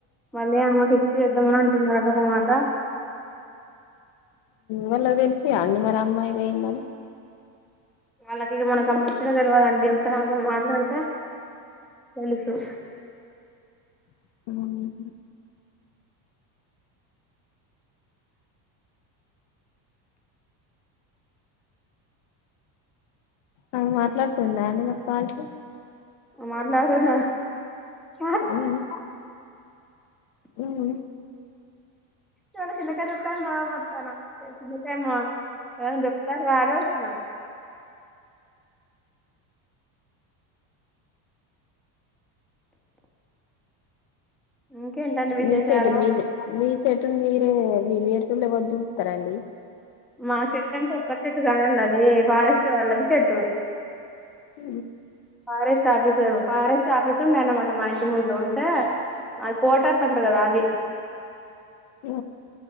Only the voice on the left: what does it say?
వాళ్ళకి తెలిసి అండి మరి అమ్మాయి పోయిందని
పోయిందని అ మాట్లాడుతుందా అంటే మాకు కాల్స్
మ్మ్ మ్మ్
మీ చెట్ మీదె మీ చెట్టును మీరే మీరు ఏరులు వదుంటతారండి
హ
ఆ